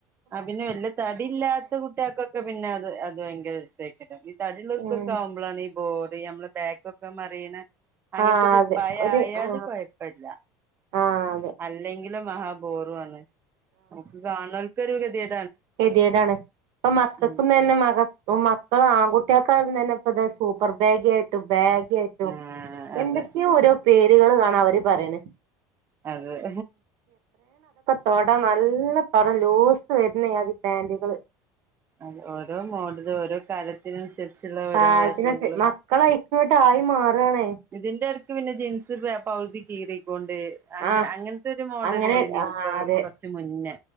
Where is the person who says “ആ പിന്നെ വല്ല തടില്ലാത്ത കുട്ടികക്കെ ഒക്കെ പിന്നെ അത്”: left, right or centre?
Right